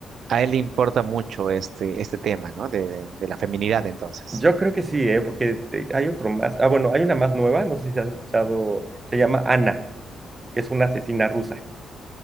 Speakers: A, on the right; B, on the right.
A: a él le importa mucho este, este tema, ¿no? De, de la feminidad, entonces.
B: Yo creo que sí, ¿eh? Porque eh, hay otro más. Ah, bueno, hay una más nueva, no sé si has escuchado, se llama Ana, que es una asesina rusa.